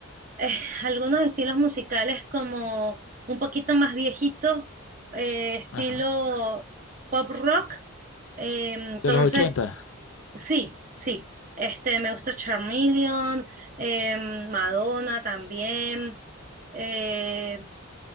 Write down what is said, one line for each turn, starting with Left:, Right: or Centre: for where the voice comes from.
Right: eh, <laughs> algunos estilos musicales como un poquito más viejitos, eh, estilo
Left: Ajá.
Right: pop rock. eh, entonces,
Left: De los 80.
Right: sí, sí, este, me gusta Charmeleon, em, Madonna también, eh,